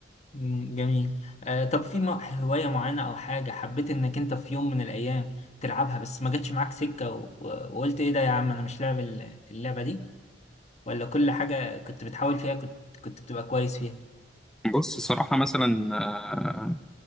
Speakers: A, on the left (about 40°); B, in the centre.
A: مم، جميل آه طب في م- هوايه معينه او حاجه حبيت انك انت في يوم من الايام تلعبها بس ما جاتش معاك سكه و... و- وقلت ايه ده يا عم انا مش لاعب ال- اللعبه دي ولا كل حاجه كنت بتحاول فيها كنت كنت بتبقى كويس فيها
B: بص صراحة مثلا آه،